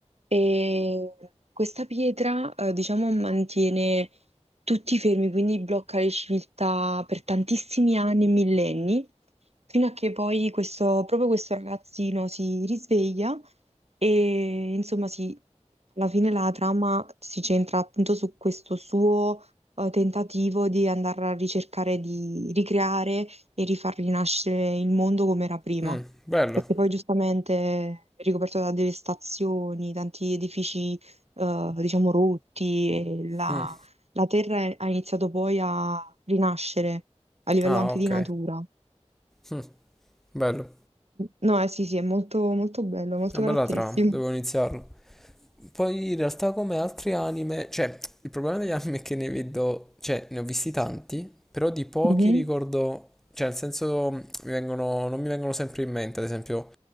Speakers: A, on the right; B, in the centre.
A: E questa pietra, eh, diciamo, mantiene tutti fermi, quindi blocca le civiltà per tantissimi anni e millenni. Fino a che poi questo, proprio questo ragazzino si risveglia e insomma si, alla fine la trama si centra appunto su questo suo eh, tentativo di andare a ricercare di ricreare e rifar rinascere il mondo come era prima,
B: Mm, bello.
A: perché poi giustamente è ricoperto da devastazioni, tanti edifici eh, diciamo rotti e la
B: Mm,
A: la terra ha iniziato poi a rinascere a livello
B: Ah,
A: anche
B: ok.
A: di natura.
B: Mm, bello.
A: No, eh, sì, sì, è molto, molto bello, molto
B: Una bella
A: caratteristico.
B: trama, devo iniziarla. Poi in realtà come altri anime, cioè il problema degli anime è che ne vedo, cioè ne ho visti tanti, però di pochi
A: Mhm,
B: ricordo, cioè nel senso mi vengono, non mi vengono sempre in mente, ad esempio